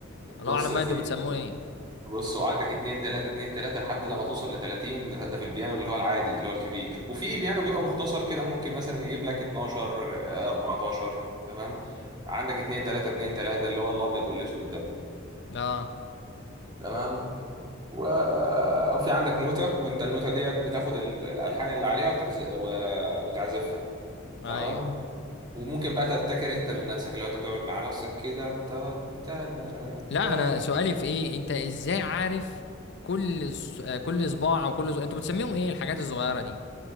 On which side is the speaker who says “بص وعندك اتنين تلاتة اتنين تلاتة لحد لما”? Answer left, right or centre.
Right